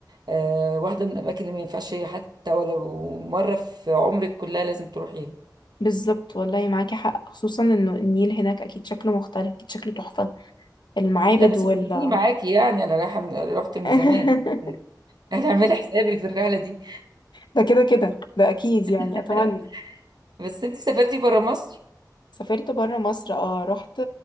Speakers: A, on the right; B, on the left.
A: آه، واحدة من الأماكن اللي ما ينفعش حتى ولو مرة في عمرك كلها لازم تروحيها
B: بالظبط والله معاكي حق خصوصا انه النيل هناك اكيد شكله مختلف اكيد شكله تحفة المعابد
A: لا بس
B: وال
A: هتديني معاكي يعني أنا رايحة من... رحت
B: <laughs>
A: من زمان <laughs> أنا عاملة حسابي في الرحلة دي
B: ده كده كده ده اكيد يعني
A: <laughs>
B: اتمنى
A: بس أنت سافرتي برا مصر؟
B: سافرت بره مصر اه رحت